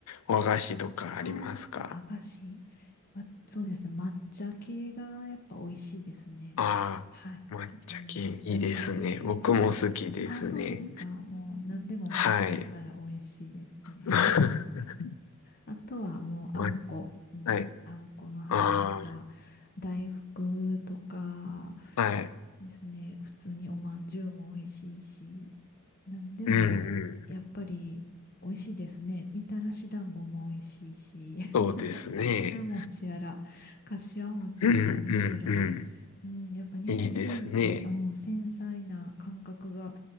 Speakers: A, on the left; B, on the left.
A: 和菓子とかありますか
B: ああ、和菓子。わそうですね。抹茶系がやっぱ美味しいですね。
A: ああー、
B: はい。
A: 抹茶系いいですね。
B: うん抹茶系が。
A: 僕も好きですね。
B: あ、そうですか。もう何でも抹茶やったら美味しいですね。
A: はい。<laughs>
B: あとはもうあんこ、
A: ま
B: うん、
A: はい。
B: あんこの入った
A: あ
B: 大福とか
A: あ、はい。
B: ですね、普通におまんじゅうも美味しいし、なんでもやっぱり美味しいですね。
A: うんうん。
B: みたらし団子も美味しいし、
A: そうですね。
B: <laughs> 桜餅やら、かしわ餅やら、
A: うんうんうん。
B: いろいろ。うん、やっぱ日本人って、
A: いいですね。
B: うん、繊細な感覚が